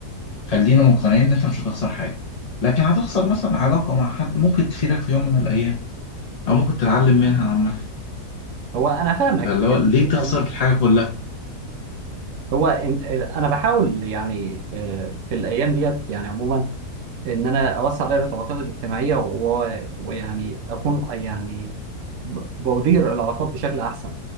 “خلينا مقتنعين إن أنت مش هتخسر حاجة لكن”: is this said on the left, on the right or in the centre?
Left